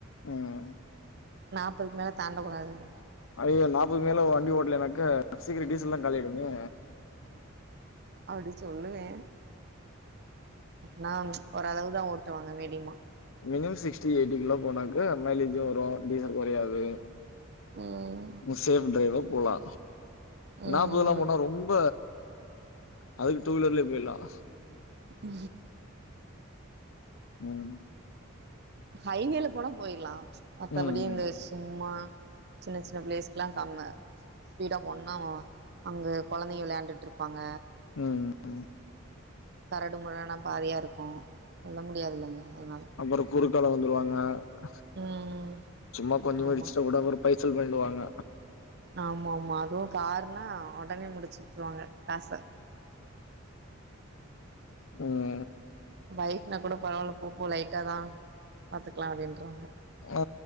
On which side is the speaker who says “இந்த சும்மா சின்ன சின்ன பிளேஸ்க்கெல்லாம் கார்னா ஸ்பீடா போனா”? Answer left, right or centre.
Right